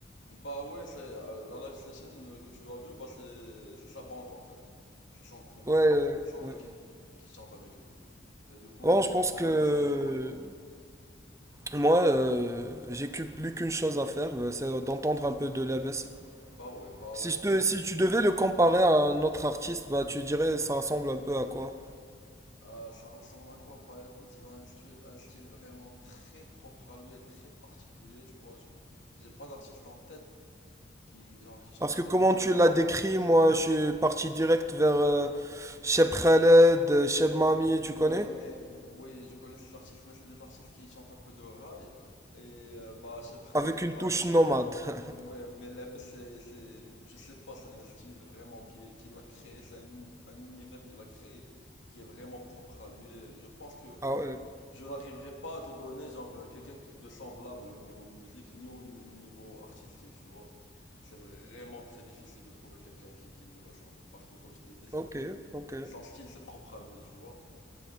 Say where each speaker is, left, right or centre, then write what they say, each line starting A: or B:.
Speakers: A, on the left (about 80°); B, on the right (about 15°).
A: Bah ouais, c'est euh, la live session euh, que tu as vue, bah c'est c'est sa bande en fait. C'est son crew,
B: Ouais, euh,
A: c'est son
B: ouais.
A: équipe qui chante avec lui. Et du coup,
B: Bon,
A: il,
B: je pense
A: il
B: que
A: ramène son équipe partout.
B: moi, euh, j'ai que- plus qu'une chose à faire, euh, c'est d'entendre un peu de la baisse.
A: Bah ouais, bah
B: Si, je
A: écoute.
B: te, si tu devais le comparer à un autre artiste, bah, tu dirais ça ressemble un peu à quoi?
A: Euh, ça ressemble à quoi? Bah écoute, il a un style, un style vraiment très propre à lui et très particulier, tu vois. Je, j'ai pas d'artiste en tête qui, genre, qui chante
B: Parce
A: de
B: que
A: la
B: comment
A: même manière.
B: tu l'as décrit, moi je suis parti direct vers euh, Cheb Khaled, euh, Cheb
A: Ouais,
B: Mami, tu connais?
A: mais, mais oui, je connais ces artistes, mais c'est des artistes qui chantent un peu de rail. Et euh, bah, je sais pr-
B: Avec
A: euh,
B: une
A: bah,
B: touche nomade. <laughs>
A: ouais, mais Leb, c'est, c'est, je sais pas, c'est un style vraiment qui- qu'il a créé, c'est un, un univers qu'il a créé qui est vraiment propre à lui. Et je pense que
B: Ah ouais,
A: Je n'arriverai pas à te donner genre euh, quelqu'un que- de semblable au niveau musique ni au nu- niveau artistique, tu vois. C'est vraiment très difficile de trouver quelqu'un qui, qui lui ressemble. Parce que comme je t'ai dit, c'est
B: ok,
A: vrai.
B: ok.
A: Son style, c'est propre à lui, tu vois.